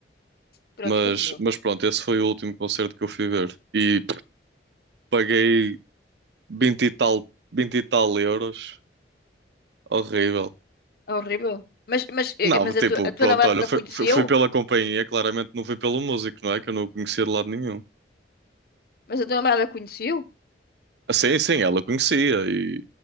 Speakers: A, on the left; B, on the right.
A: Pronto,
B: Mas,
A: continua.
B: mas pronto, esse foi o último concerto que eu fui ver. E paguei 20 e tal, 20 e tal euros Horrível.
A: É horrível. Mas, mas,
B: Não,
A: eh, mas
B: tipo,
A: a tua, a
B: pronto,
A: tua namorada
B: olha, foi,
A: conheceu?
B: foi- fui pela companhia, claramente não fui pelo músico, não é? Que eu não o conhecia de lado nenhum.
A: Mas a tua namorada conheceu?
B: Ah, Sim, sim, ela conhecia e,